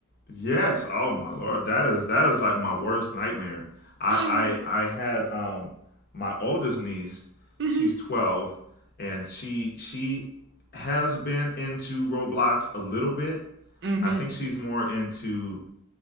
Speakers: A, on the left (about 45°); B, on the right (about 55°).
A: Yes. Oh my lord, that is that is like my worst nightmare. I
B: <gasps>
A: I I had um my oldest niece.
B: Mm-hmm.
A: She's twelve, and she she has been into Roblox a little bit.
B: Mm-hmm.
A: I think she's more into